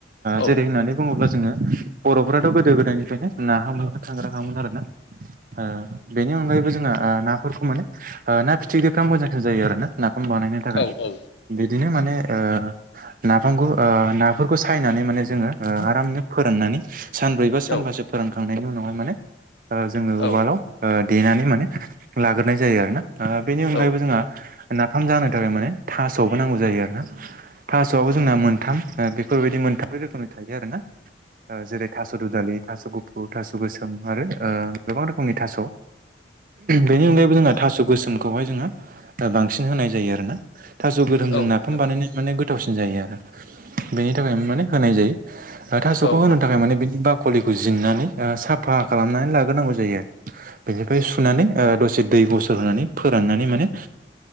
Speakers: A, on the left; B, on the right.
A: औ
B: जेरै होननानै बुङोब्ला जोङो बर'फोराथ' गोदो गोदायनिफ्रायनो ना हाम थांग्राखाङोमोन आरो ना। ओ बेनि अनगायैबो जोङो नाफोरखौ मे ना फिथिख्रिफ्र मोजांसिन जायो आरो ना नाफ्राम बानाय थाखाइ
A: औ औ
B: बिदिनो माने ओ नाफामखौ नाफोरखौ सायनानै माने जोङो आरामनो फोराननानै सानब्रै बा सानबासो
A: औ
B: फोरोंखांनायनि उनावहाय माने जोङो उवालाव
A: औ
B: देनानै माने लाग्रोनाय जायो आरोना बेनि
A: औ
B: अनगायैबो
A: औ
B: जोंहा नाफाम जानो नि थाखाय माने थास'आवबो नांगौ जायो आरो ना थास'वआवबो
A: औ
B: जोंना मोनथाम बेफोरबायदि मोनथाम रोखोमनि थायो आरो ना जेरै थास' दु दालि थास' गुफुर थास' गोसो गोम आरो गोबां रोखोमनि थास' बेनि अनगायैबो जोंहा थास' गोसोमखौहाय जोङो बांसिन होनाय जायो आरोना थास' गोरोमजों
A: औ
B: नाफाम
A: नोंथां
B: बानायनानै माने गोथावसिन जायो आरो बेनि थाखाय माने होनाय जायो थास'खौ
A: औ
B: होनो
A: औ
B: थाखाय माने बेनि ब कलिखौ जनानै साफा खालामनानै लाग्रोनांगौ जायो आरो बेनिफ्राय सुनानै दसे दै दैुइ बोसोर होनानै फोराननानै माने